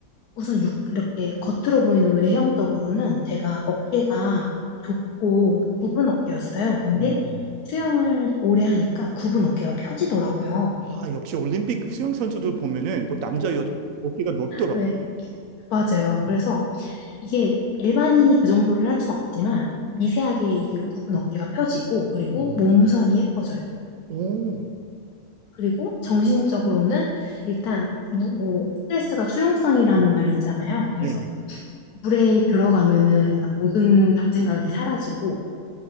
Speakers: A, on the left; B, on the right.
A: 우선 육, 이렇게 겉으로 보이는 외형적으로는 제가 어깨가 좁고 굽은 어깨였어요. 근데
B: 음,
A: 수영을 오래 하니까 굽은 어깨가 펴지더라고요.
B: 아, 역시 올림픽 수영 선수들 보면은 뭐 남자, 여자 어깨가 넓더라고요.
A: 네, 맞아요. 그래서 이게 일반인이 그 정도를 할 순 없지만 미세하게 이게 굽은 어깨가 펴지고 그리고
B: 음,
A: 몸선이 예뻐져요.
B: 오,
A: 그리고 정신적으로는 일단 무- 뭐 스트레스가 수용성이라는 말이 있잖아요.
B: 네네.
A: 그래서 물에 들어가면은 일단 모든 잡생각이 사라지고